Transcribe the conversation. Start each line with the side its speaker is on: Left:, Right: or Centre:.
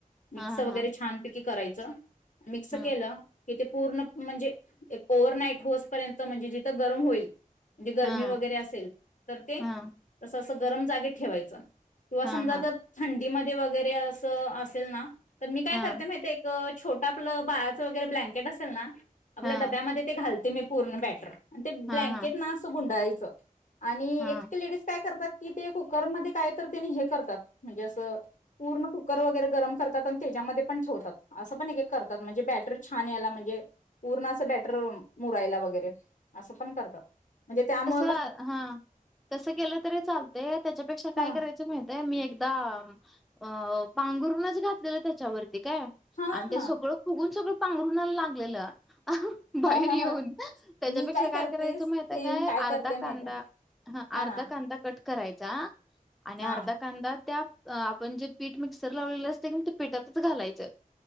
Left: मिक्स
Centre: हां,
Left: वगैरे
Centre: हां,
Left: छानपैकी करायचं, मिक्स
Centre: हं,
Left: केलं की ते, पूर्ण म्हणजे एक ओव्हर नाईट होस पर्यंत म्हणजे जिथं गरम होईल म्हणजे गरमी
Centre: हां,
Left: वगैरे अस असेल तर ते
Centre: हां,
Left: असं असं गरम जागेत ठेवायचं किंवा
Centre: हां,
Left: समजा
Centre: हां,
Left: जर थं इमदी वगैरे अस असेल ना तर मी काय
Centre: हां,
Left: करते माहिते एक्, छोटं आपलं बाळाचं वगैरे ब्लँकेट असेल ना आपल्या
Centre: हां,
Left: डब्यामध्ये ते घालते मी पूर्ण बॅटर, आणि ते ब्लँकेट
Centre: हां, हां,
Left: ना असं गुंडायचं आणि
Centre: हां,
Left: एक त लेडीज काय करतात, कि ते कुकरमध्ये काय तर ते नी हे करतात म्हणजे असं, पूर्ण कुकर वगैरे गरम करतात आणि त्या त्या मध्ये पण ठेवतात असं पण एक एक करतात, म्हणजे बॅटर छान यायला म्हंजे पूर्ण असं बॅटर मुरायला वगैरे असं पण करतात, म्हंजे त्यामु
Centre: आ हां तसं केलं तरी चालतंय, त्यांच्यापेक्षा काय
Left: हा
Centre: करायचं माहीतय मी एक कदा आं पांघरूनच घातलेलं त्याच्यावरती काय
Left: हा
Centre: आणि ते
Left: हा
Centre: सगळं फुगून सगळं पांघरुणाला लागलेलं बाहेर
Left: हा
Centre: येऊन.
Left: हा
Centre: त्याच्यापेक्षा
Left: मी
Centre: काय
Left: करते
Centre: करायच
Left: सेम
Centre: माहितेये काय? अर्धा
Left: करते माहिती
Centre: कांदा हं
Left: हा
Centre: अर्धा कांदा कट करायचा आणि
Left: हा
Centre: अर्धा
Left: हा
Centre: कांदा त्यात आपण जे पीठ मिक्सर लावलेलं असते की नी त्या पीठातच घालायचं.